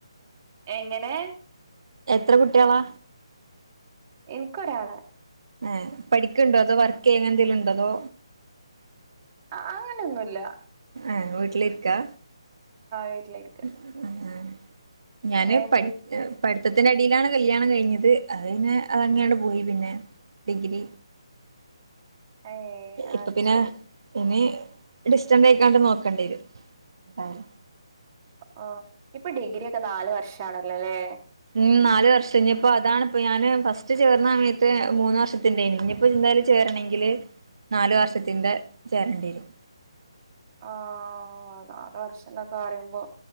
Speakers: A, on the right; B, on the right.
A: എങ്ങനെ
B: എത്ര കുട്ടികളാ
A: എനക്ക് ഒരാള്
B: ആ പഠിക്കൊണ്ടോ അതോ വർക്ക് ചെയ്യണ എന്തേലും ഉണ്ടോ അതോ
A: ആ അങ്ങനെയൊന്നുവില്ല
B: ആ വീട്ടില് ഇക്കാ
A: വീട്ടിലിരിക്ക
B: ആ ഞാന്
A: എന്നിട്ട്
B: പഠി പഠിത്ത ത്തിന്റെ ഇടയിലാണ് കല്യാണം കഴിഞ്ഞത് അത് പിന്നെ അത് അങ്ങനെ അങ്ങട്ട് പോയി പിന്നെ ഡിഗ്രി
A: <unintelligible> ഏഹ്
B: ഇപ്പൊ
A: അത്
B: പിന്നെ
A: ശരി
B: ഇനി ഡിസ്റ്റൻക്കാണ്ട് നോക്കേണ്ടി വരും എ
A: ആ ഇപ്പൊ ഡിഗ്രി ഒക്കെ നാല് വർഷാണല്ലോ അല്ലേ
B: ഉം നാല് വർഷം ഇനിയിപ്പോ അതാണിപ്പോ ഞാന് ഫസ്റ്റ് ചേർന്ന സമയത്ത് മൂന്ന് വർഷത്തിന്റെയാനു ഇനിപ്പോ എന്തായാലും ചേരണമെങ്കില് നാലു വർഷത്തിന്റെ ചേരണ്ടി വരും
A: ആ അതാറ് വർഷം എന്നൊക്കെ പറയുമ്പോ